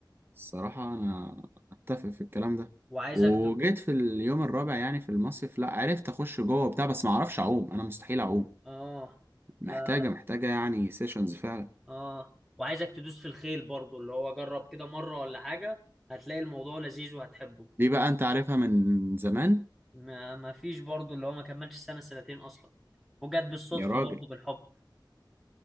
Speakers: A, on the right; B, in the centre.
A: الصراحه انا اتفق في الكلام ده
B: وعايزك
A: وجيت
B: تب...
A: في اليوم الرابع يعني في المصيف لا عرفت اخش جوه وبتاع بس ما اعرفش اعوم انا مستحيل اعوم
B: اه
A: محتاجه
B: لا لا
A: محتاجه يعني سيشنز فعلا
B: اه وعايزك تدوس في الخيل برضو اللي هو جرب كده مرة ولا حاجة هتلاقي الموضوع لذيذ وهتحبه
A: دي بقى انت عارفها من زمان
B: ما ما فيش برضه اللي هو ما كملش سنة سنتين أصلا وجت بالصدفة
A: يا راجل
B: برضه بالحب